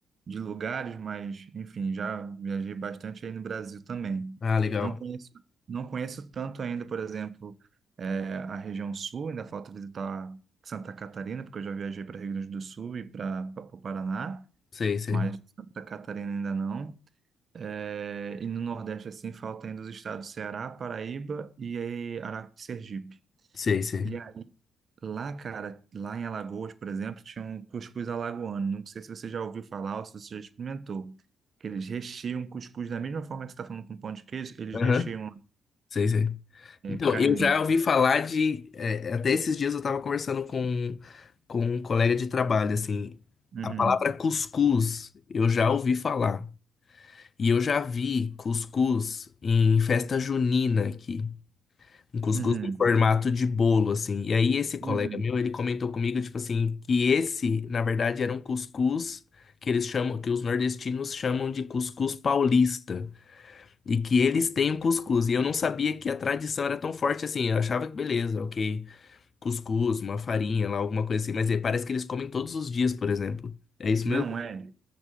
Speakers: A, on the right; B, on the left.
A: de lugares, mas, enfim, já viajei bastante aí no Brasil também.
B: Ah, legal.
A: Não conheço, não conheço tanto ainda, por exemplo, eh, a região sul, ainda falta visitar Santa Catarina, porque eu já viajei para Rio Grande do Sul e para o Paraná,
B: Sei, sei.
A: mas Santa Catarina ainda não. É, e no Nordeste, assim, falta ainda os estados Ceará, Paraíba e aí Ara- Sergipe.
B: Sei, sei.
A: E aí, lá, cara, lá em Alagoas, por exemplo, tinha um cuscuz alagoano. Não sei se você já ouviu falar ou se você já experimentou. Que eles recheiam cuscuz da mesma forma que você está falando com pão de queijo, eles
B: Aham.
A: recheiam
B: Sei, sei.
A: é,
B: Então,
A: carne.
B: eu já ouvi falar de. é, até esses dias eu tava conversando com, com um colega de trabalho, assim.
A: Uhum,
B: A palavra cuscuz eu já ouvi falar. E eu já vi cuscuz em festa junina aqui. Um cuscuz
A: uhum,
B: em formato de bolo, assim. E aí esse colega
A: uhum.
B: meu, ele comentou comigo, tipo assim, que esse, na verdade, era um cuscuz que eles chamam, que os nordestinos chamam de cuscuz paulista. E que eles têm o cuscuz. E eu não sabia que a tradição era tão forte assim. Eu achava que beleza, ok. Cuscuz, uma farinha lá, alguma coisa assim. Mas é, parece que eles comem todos os dias, por exemplo. É isso
A: Não
B: mesmo?
A: é.